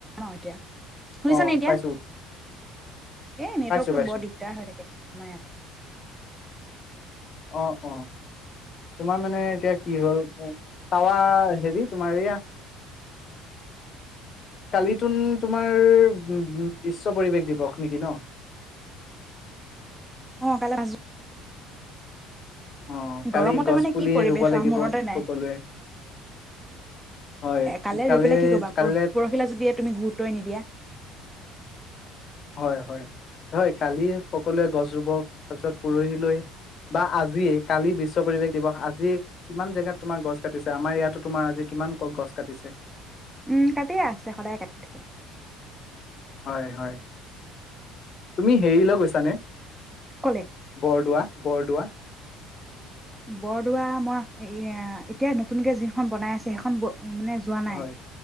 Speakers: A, in the centre; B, on the left (about 35°).
A: এতিয়া শুনিছানে
B: অ',
A: এতিয়া
B: পাইছো,
A: এই নেটৱৰ্কটো
B: পাইছো, পাইছো।
A: বৰ দিগদাৰ হৈ থাকে আমাৰ ইয়াত
B: অ অ তোমাৰ মানে এতিয়া কি হ'ল তাৱা হেৰি তোমাৰ এয়া কালি তোন তোমাৰ উ বিশ্ব পৰিৱেশ দিৱস নেকি ন
A: অ কাইলৈ আজ
B: অ', কালি
A: গৰমতে
B: গছ
A: মানে
B: পুলি
A: কি পৰিৱেশ
B: ৰুব লাগিব
A: আৰু মনতে নাই
B: সকলোৱে হয়,
A: কালে
B: কালি
A: ই পেলাই কি কবা
B: কাইলে
A: পৰ পৰহিলা যদি তুমি গুৰুত্বই নিদিয়া
B: হয় হয় হয় কালি সকলোৱে গছ ৰুব তাৰপিছত পৰহিলৈ বা আজিয়ে কালি বিশ্ব পৰিৱেশ দিৱস আজি কিমান জেগাত তোমাৰ গছ কাটিছে আমাৰ ইয়াতো তোমাৰ আজি কিমান গছ কাটিছে
A: উম কাটিয়ে আছে সদায় কাটি থাকে।
B: হয় হয় তুমি হেৰিলৈ গৈছানে?
A: কলে
B: বৰদোৱা। বৰদোৱা।
A: বৰদোৱা মই হেৰী এ এতিয়া নতুনকে যিখন বনাই আছে সেইখন গৈ। মানে যোৱা নাই।
B: হয়,